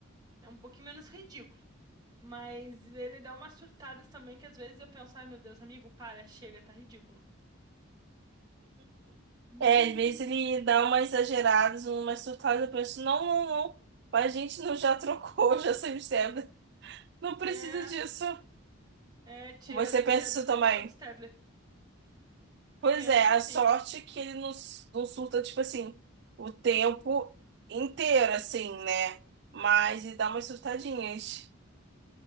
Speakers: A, on the right; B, on the right.
A: É um pouquinho menos ridículo. Mas ele dá umas surtadas também que às vezes eu penso, ai meu Deus, amigo, para, chega, tá ridículo. <laughs>
B: É, às vezes ele dá umas exageradas, umas surtadas, eu penso, não, não, não, mas a gente não já trocou, <laughs> já saiu Stabler. Não precisa
A: É,
B: disso.
A: é, tiraram
B: Você
A: o
B: pensa
A: Stabler
B: isso também?
A: pra botar outro Stabler.
B: Pois
A: Penso
B: é, a
A: assim.
B: sorte é que ele não, s- não surta, tipo assim, o tempo inteiro, assim, né? Mas ele dá umas surtadinhas.